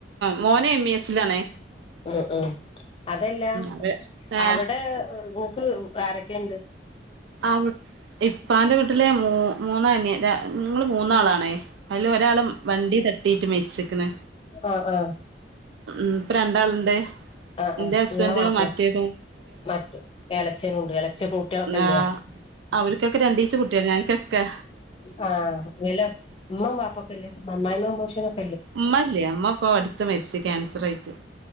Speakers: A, on the right; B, on the left.
A: മോനെ എംി എസ്ിലാാണ്
B: ഉ ഉ അതല്ല
A: അവര് ഏ
B: അവിടെ നിങ്ങക്ക് ആരൊക്കെുണ്ട്
A: ആ ഇപ്പ എന്റെ വീട്ടില്െ മൂ മൂന്നന് നിങ്ങള് മൂന്നാളാണേ അതില് ഒരാളും വണ്ടി തട്ടീട്ട് മേച്ചിക്കുന്ന
B: ആഹ ആഹ
A: ഉ ഇപ്പൊ രണ്ടാളുണ്ട്
B: ആഹ്
A: എന്റെ
B: ആഹ്
A: ഹസ്ബൻഡ
B: ഇങ്ങളെ മാപ്പളീം
A: മറ്റേതോ
B: മറ്റേ ഇളച്ചന ഉണ്ട് ഇളച്ച പൂട്ടികളൊക്കെ
A: ആ
B: ഇല്ലയാ
A: അവർക്കൊക്കെ രണ്ടീച്ച കുട്ടിയാണ് ഞനക്കൊക്കെ
B: ആഹ് വല്ല ഉമ്മ പാപ്പൊക്കെല്ലേ അമ്മായി മമ്മോഷനൊക്ക
A: അമ്മല്ലേ അമ്മ അപ്പൊ അടുത്ത മരിച്ചു ക്യാൻസർ ആയിട്ട്